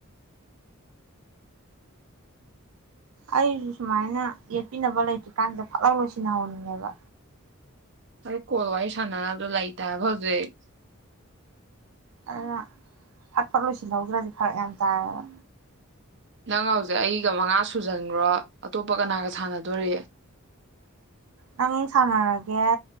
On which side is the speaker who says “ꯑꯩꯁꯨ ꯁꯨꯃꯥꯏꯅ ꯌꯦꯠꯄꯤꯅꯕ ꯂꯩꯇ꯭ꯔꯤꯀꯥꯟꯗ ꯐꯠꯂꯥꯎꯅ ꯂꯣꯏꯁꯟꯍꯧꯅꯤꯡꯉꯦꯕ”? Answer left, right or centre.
Right